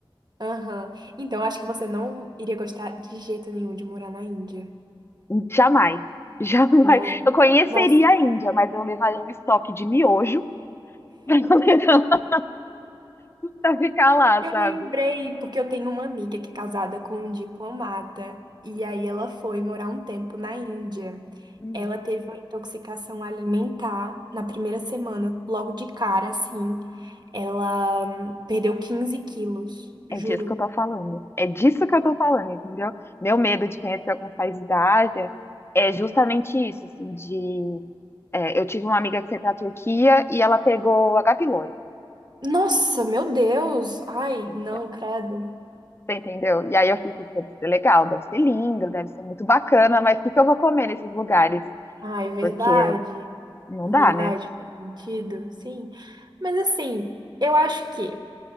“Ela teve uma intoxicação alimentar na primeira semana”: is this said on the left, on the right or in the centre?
Right